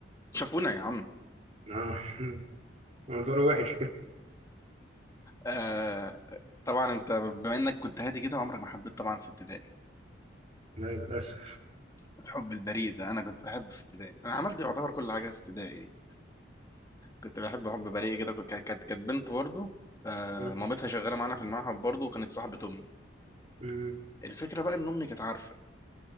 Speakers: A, on the left; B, on the right.
A: شافونا يا عم
B: اه <laughs> منظره وحش كده
A: آه طبعا انت بما انك كنت هادي كده عمرك ما حبيت طبعا في ابتدائي
B: <laughs> لا للاسف
A: الحب البريء ده انا كنت بحب في ابتدائي انا عملت يعتبر كل حاجه في ابتدائي دي كنت بحب حب بريء كده كنت- كانت كانت بنت برضه آه
B: مم.
A: مامتها شغاله معانا في المعهد برضه وكانت صاحبه امي
B: مم.
A: الفكره بقى ان امي كانت عارفه